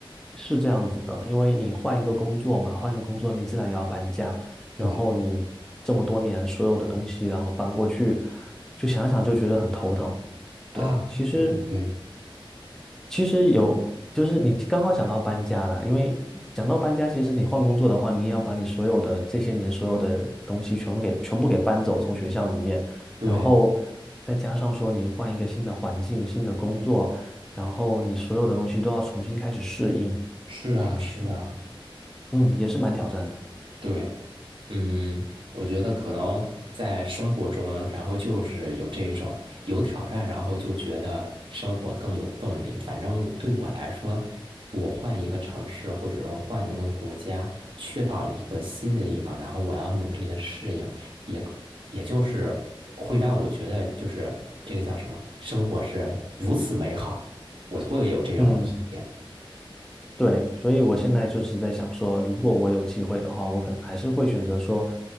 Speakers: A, in the centre; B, on the right (about 65°).
A: 是这样子的，因为你换一个工作嘛，换一个工作，你自然也要搬家，
B: 对
A: 然后你这么多年所有的东西，然后搬过去，就想想就觉得很头疼。对，
B: 啊，
A: 其实。
B: 对对对
A: 其实有，就是你刚好讲到搬家啦，因为讲到搬家，其实你换工作的话，你也要把你所有的这些年所有的东西全部给全部给搬走，从学校里面，
B: 对，
A: 然后再加上说你换一个新的环境、新的工作，然后你所有的东西都要重新开始适应，
B: 是啊是啊。
A: 去，嗯也是蛮挑战的。
B: 对，嗯，我觉得可能在生活中，然后就是有这种有挑战，然后就觉得生活更有动力。反正对我来说，我换一个城市，或者说换一个国家，去到一个新的地方，然后我要努力的适应，也可也就是会让我觉得，就是这个叫什么，生活是如此美好，我会有这种体验。
A: 嗯。对，所以我现在就是在想说，如果我有机会的话，我可能还是会选择说，